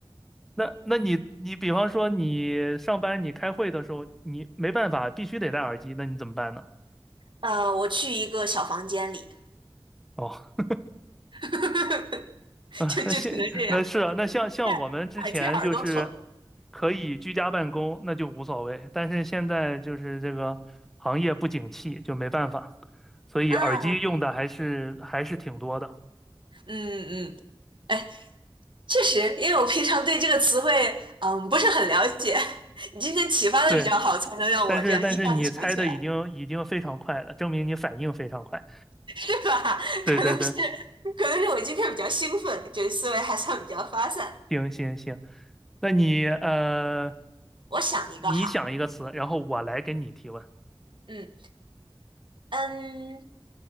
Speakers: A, in the centre; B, on the right.
A: 那那你你比方说你上班你开会的时候，你没办法必须得戴耳机，那你怎么办呢？
B: 呃，我去一个小房间里，
A: 哦。
B: <laughs>
A: 啊，
B: 就就只能这样。
A: 那现那是啊，那像像我们之前就是
B: 戴耳机耳朵疼
A: 可以居家办公，那就无所谓。但是现在就是这个行业不景气，就没办法，所以耳机用的还是还是挺多的。
B: 啊，嗯嗯，哎，确实，因为我平常对这个词汇嗯不是很了解，<laughs> 你今天启发的比较好，
A: 对，
B: 才能让我这样一下子想起来。
A: 但是但是你猜的已经已经非常快了，证明你反应非常快。
B: 是吧？<laughs>
A: 对对对，
B: 可能是，可能是我今天比较兴奋，就得思维还算比较发散。
A: 行行行，那你呃，
B: 我想一个哈，
A: 你想一个词，然后我来给你提问。
B: 嗯嗯